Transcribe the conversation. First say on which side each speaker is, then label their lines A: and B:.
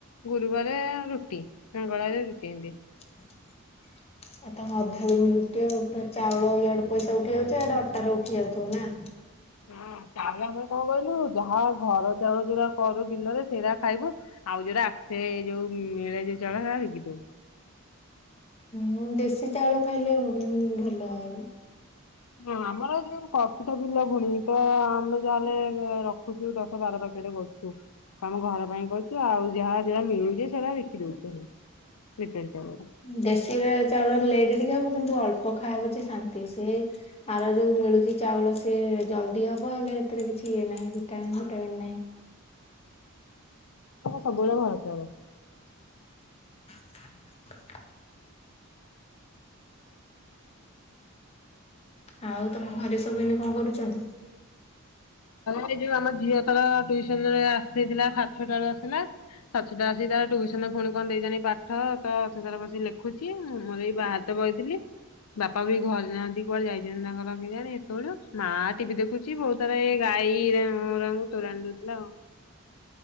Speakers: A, on the left (about 85°); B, on the left (about 30°).
A: ଗୁରୁବାରେ ରୁଟି, ମଙ୍ଗଳବାରେ ରୁଟି, ଏମତି।
B: ହ ଆଉ ତମ ଅଧା ଦିନ ରୁଟି ଆଉ ପୁରା ଚାଉଳ ଇଆଡେ ପଇସା ଉଠେଇ ଯାଉଛି, ଆଡେ ଅଟାର ଉଠି ଯାଉଥିବ ନା?
A: ହଁ ଚାଉଳ ଆମର କଣ କହିଲୁ, ଯାହା ଘର ଚାଉଳ ଯୋଉରା କରୁ ବିଲରେ ସେଇରା ଖାଇବୁ, ଆଉ ଯେ ଯେଇରା ଆସେ ଯୋଉ ମିଳେ ଯୋଉ ଚାଉଳ ସେଇରା ବିକି ଦଉ।
B: ହଁ ଦେଶୀ ଚାଉଳ ଖାଇଲେ ଭଲ ଆଉ।
A: ନା ଆମର ଯୋଉ କପିତ ବିଲ ଭୁଣି ତ ଆମେ ଯାହାେଲେ ରଖୁଛୁ ଦଶ ବାର ଦଶ ଟେ କରୁଛୁ ଆମ ଘର ପାଇଁ କରୁଛୁ ଆଉ ଯାହା ଯା ମିଳୁଛେ ସେଟା ଦେଖି ଦଉଛୁ ଲିଟର ଚାଉଳ
B: ଦେଶୀ ର ଚାଉଳ ଲେଟ ଟିକେ ହବ କିନ୍ତୁ ଅଳ୍ପ ପଖାହବ ଯେ ଶାନ୍ତି ସେ ଆର ଯୋଉ ମିଳୁଛି ଚାଉଳ ସେ ଜଲଦି ହବ ହେଲେ ଏଥିରେ କିଛି ଇଏ ନାଇ ଭିଟାମିନ ଭିଟାମନ୍ ନାଇଁ।
A: ସବୁବେଳେ ଭଲ କେ ହବ
B: <inaudible> ଆଉ ତମ ଘରେ ସବୁ ଏଇନେ କଣ କରୁଛନ୍ତି?
A: ଏଇ ଯୋଉ ଆମ ଝିଅ ତର ଟୁସନ ରେ ଆସିଥିଲା ସାଛଅ ଟାର ଆସଥିଲା ସାଛଟା ସେ ତାର ଟୁସନ ପୁଣି କଣ ଦେଇ ଜାଣି ପାଠ ତ ସେ ତାର ବସି ଲେଖୁଛି ମୁଁ ମୋର ଏଇ ବାହାରେ ତ ବଇଥିଲି। ବାପା ବି ଘରେ ନାହାନ୍ତି କୁଆଡେ ଯାଇଛନ୍ତି ତାଙ୍କ କେଜାଣି ଏତେବେଳୁ ମା ଟିଭି ଦେଖୁଛି ବୋଉ ତାର ଏ ଗାଈ ର ରଙ୍ଗ ତୁରାଣି ଦଉଥିଲା।